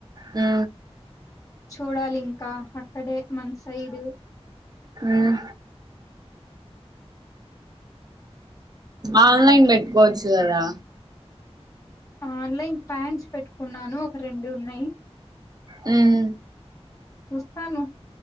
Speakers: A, on the right; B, on the left.
A: ఆ
B: చూడాలి ఇంకా అక్కడే మన సైడ్
A: అ ఆన్లైన్ పెట్టుకోవచ్చు కదా
B: ఆన్లైన్ ప్యాంట్స్ పెట్టుకున్నాను ఒక రెండు ఉన్నాయి
A: ఉమ్
B: చూస్తాను